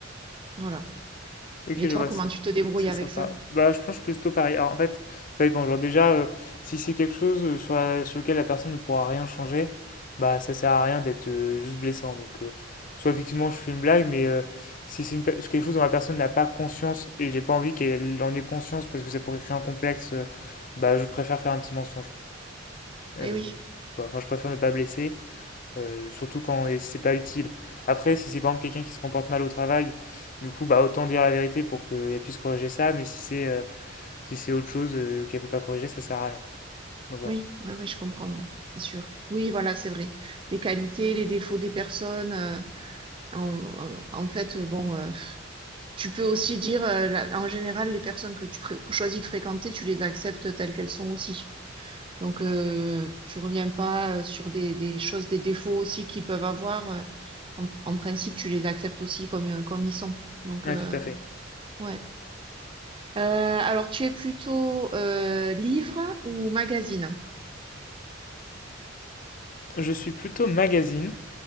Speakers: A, on the right; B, on the left.
A: Voilà.
B: Ok,
A: Et
B: je
A: toi,
B: vois
A: comment
B: ça.
A: tu te débrouilles
B: C'est
A: avec
B: sympa.
A: ça?
B: Bah, je pense plutôt pareil. Alors, en fait, ça dépend. Genre, déjà, euh, si c'est quelque chose euh, sur, la- sur lequel la personne ne pourra rien changer, bah, ça sert à rien d'être euh, juste blessant. Donc, euh, soit effectivement, je fais une blague, mais euh, si c'est une pe- si quelque chose dont la personne n'a pas conscience et j'ai pas envie qu'elle en ait conscience parce que ça pourrait créer un complexe, euh, bah, je préfère faire un petit mensonge. Euh,
A: Eh oui.
B: voilà. Enfin, je préfère ne pas blesser, euh, surtout quand et c'est pas utile. Après, si c'est par exemple quelqu'un qui se comporte mal au travail, du coup, bah autant dire la vérité pour qu'elle puisse corriger ça, mais si c'est euh, si c'est autre chose euh, qu'elle peut pas corriger, ça sert à rien, quoi. Donc voilà.
A: Oui, ouais, ouais, je comprends, ouais, c'est sûr. Oui, voilà, c'est vrai. Les qualités, les défauts des personnes. euh, en, en- en fait, euh, bon, euh, tu peux aussi dire, euh, la- en général, les personnes que tu pré- que choisis de fréquenter, tu les acceptes telles qu'elles sont aussi. Donc, euh, tu reviens pas euh, sur des, des choses, des défauts aussi qu'ils peuvent avoir. euh, en, en principe, tu les acceptes aussi comme, euh, comme ils sont. Donc,
B: Ouais,
A: euh,
B: tout à fait.
A: ouais. Euh, alors, tu es plutôt euh, livre ou magazine?
B: Je suis plutôt magazine.